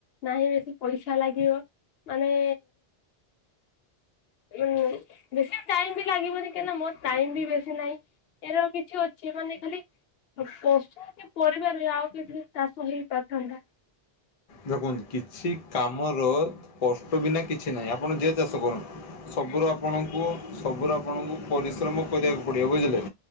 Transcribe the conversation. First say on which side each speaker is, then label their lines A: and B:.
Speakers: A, on the left; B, on the left.
A: ନାହିଁ ବେଶୀ ପଇସା ଲାଗିବ ମାନେ ହୁଁ। ବେଶୀ ଟାଇମ୍ ବି ଲାଗିବନି କାଁଇଁନା ମୋର୍ ଟାଇମ୍ ବି ବେଶୀ ନହିଁ ଏହାର କିଛି ଅଛି ମାନେ ଖାଲି ପଶୁ କି ପରିବାରେ ଆଉ କିଛି ଚାଷ ହେଇ ପାରିଥାନ୍ତା।
B: ଦେଖନ୍ତୁ କିଛି କାମର କଷ୍ଟ ବିନା କିଛି ନାହିଁ ଆପଣ ଯିଏ ଚାଷ କରନ୍ତୁ। ସବୁୁର ଆପଣଙ୍କୁ ସବୁୁର ଆପଣଙ୍କୁ ପରିଶ୍ରମ କରିବାକୁ ପଡ଼ିବ ବୁଝିଲେ?